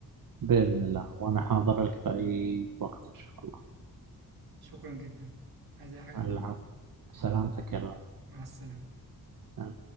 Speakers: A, on the right; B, on the right.
A: بإذن الله وأنا حاضر لك في أي وقت إن شاء الله
B: شكرا جدا عايز أي حاجة
A: العفو سلامتك يا
B: مع السلامة
A: رب